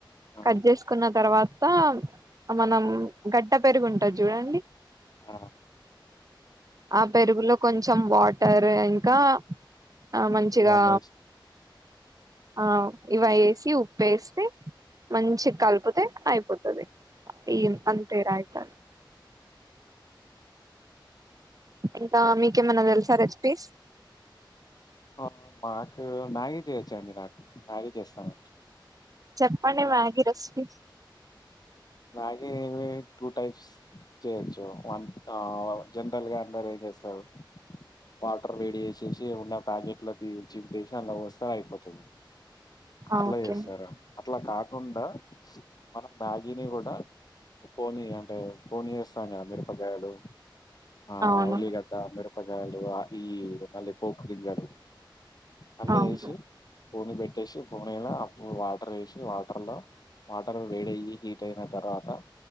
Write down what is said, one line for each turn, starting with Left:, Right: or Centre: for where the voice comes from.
Left: ఆ
Right: కట్ చేసుకున్న తర్వాత మనం గడ్డ పెరుగుంటాది చూడండి
Left: ఆ
Right: ఆ పెరుగులో కొంచెం వాటర్ ఇంకా ఆ మంచిగా
Left: ఇవన్నీ వేసి
Right: ఆ ఇవై సి ఉప్పేస్తే మంచి కలిపితే అయిప్ ఈ అంతేర ఇక ఇంకా మీకేమన్నా తెలుసా రెసిపీస్
Left: ఆ మాకు మ్యాగి చేయచ్చు అండి నాకు మ్యాగి చేస్తాను
Right: చెప్పండి మ్యాగి రెసిపీ
Left: మ్యాగి ఏమి టూ టైప్స్ చేయొచ్చు వన్ ఆ జనరల్గా అందరు ఏం చేస్తారు వాటర్ వేడి చేేసేసి ఉన్న ప్యాకెట్లో తి చింపేసి అందులో పోస్తే అయిపోతుంద్ అట్లా
Right: ఓకే
Left: చేస్తారు అట్లా కాకుండా మనం మ్యా దీని కూడా ఒక్కోని అంటే పోనియస్ తన్య మిరుపకాయలు ఆ
Right: అవును
Left: ఉల్లిగడ్డ మిరుప్ <unintelligible> ఆపి మళ్ళీ పోపు గింజలు అన్ని
Right: అవును
Left: వేసి పో మీద ఎట్టేసి ఒమేగా అప్పుడు వాటర్ వేసి వా తల వాటర్ వేడయ్యి హీట్ అయిన తర్వాత